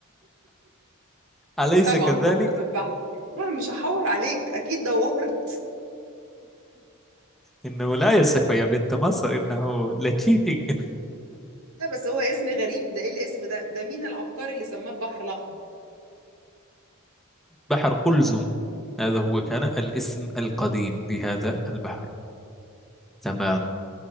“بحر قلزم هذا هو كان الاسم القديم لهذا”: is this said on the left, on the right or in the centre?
Centre